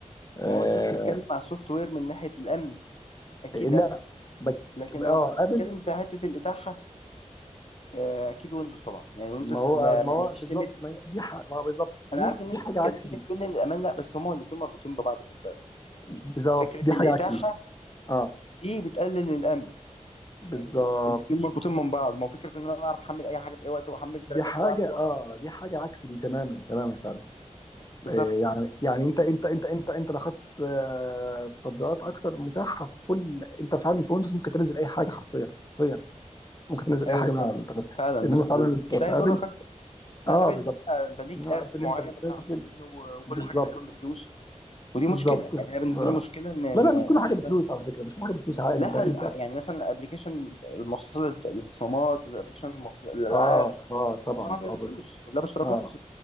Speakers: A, on the left (about 30°); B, on the left (about 55°).
A: آه
B: ما هو انت بتتكلم على السوفت وير من ناحيه الامن اكيد
A: لا
B: ابل
A: بك
B: لكن لو
A: اه
B: بتتكلم
A: ابل
B: في حته الاتاحه آه، اكيد ويندوز طبعا يعني ويندوز
A: ما هو
B: ما
A: ما
B: ما
A: هو
B: فيش
A: بالظبط
B: ليميت
A: ما هي دي ح... ما هو بالظبط دي
B: انا عارف
A: دي
B: ان انت
A: حاجة
B: بتكلمني
A: عكس دي
B: بتقول لي الامان لا بس هما الاتنين مربوطين ببعض خد بالك يعني
A: بالظبط
B: فكره
A: دي حاجة
B: الاتاحه
A: عكس دي اه
B: دي بتقلل من الامن
A: بالظبط
B: يعني الاتنين مربوطين من بعض ما هو فكره ان انا اعرف احمل اي حاجه في اي وقت واحمل تراكات
A: دي حاجة
B: واعمل إيه واعمل
A: اه
B: إيه.
A: دي حاجة عكس دي تماما تماما فعلا
B: بالظبط
A: آه يعني يعني انت انت انت انت انت لو خدت آه تطبيقات اكتر متاحة في فل انت فعلا في ويندوز ممكن تنزل اي حاجة حرفيا حرفيا ممكن تنزل
B: ايوه
A: اي حاجة
B: بالظبط
A: من على الانترنت
B: فعلا
A: انما
B: بس
A: فعلا
B: ده
A: في
B: يضرك
A: ابل
B: اكتر لا
A: اه
B: ابل
A: بالظبط
B: لا انت ليك
A: انما
B: اب
A: ابل
B: معين
A: انت بتنزل
B: بتحمل منه و- وكل
A: بالظبط
B: حاجه تقريبا بفلوس
A: بالظبط
B: ودي مشكله يعني انا بالنسبه
A: آه.
B: لي مشكله ان إن-
A: لا لا مش
B: إن
A: كل حاجة
B: مثلا
A: بفلوس على فكرة مش كل حاجة بفلوس عادي
B: لا
A: انت انت
B: ال- يعني مثلا الابلكيشن المخصص للت- للتصميمات الابلكيشن المخصص للالعاب
A: اه اه طبعا
B: معظمها بفلوس
A: اه بس
B: كلها باشتراكات
A: اه